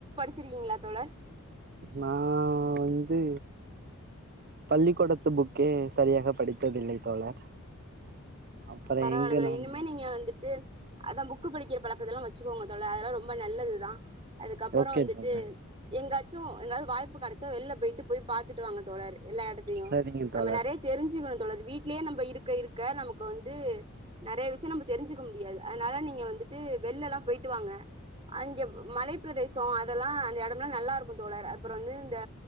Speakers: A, on the right; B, on the right.
A: சிருக்கீங்களா தோழர்
B: நான் வந்து பள்ளிக்கூடத்து புக்கே சரியாக படித்ததில்லை தோழர் அப்புற
A: பரவாயில
B: எங்க
A: தோழர்
B: நான்
A: இனிமேல் நீங்க வந்துட்டு அதான் புக் படிக்கிற பழக்கத்த எல்லாம் வச் சுக்கோங்க தோழர் அதெல்லாம் ரொம்ப நல்லதுதான் அதுக்கப்பறம்
B: ஓகே
A: வந்துட்டு
B: தோழர்
A: எங்கா ச்சும் ஏதாவது வாய்ப்பு கடைச்சா வெயில போயிட்டு போய் பாத்துட்டு வாங்க தோழர் எல்லா இடத்தையும்
B: சரிங்க
A: நம்ம
B: தோழர்
A: நறைய தெரிஞ்சுக்கணும் தோழர் வீட்டிலேயே நம்ம இருக்க இருக்க நமக்கு வந் து நறைய விஷயம் நம்ம தெரிஞ்சுக்க முடியாது அதனால நீங்க வந்துட்டு வெளில எல்லாம் போயிட்டு வாங்க அங்க மலை பிரதேசம் அதெல்லாம் அந்த இடம்லாம் நல்லா இருக்கும் தோழர் அப்புறம் வந்து இந்த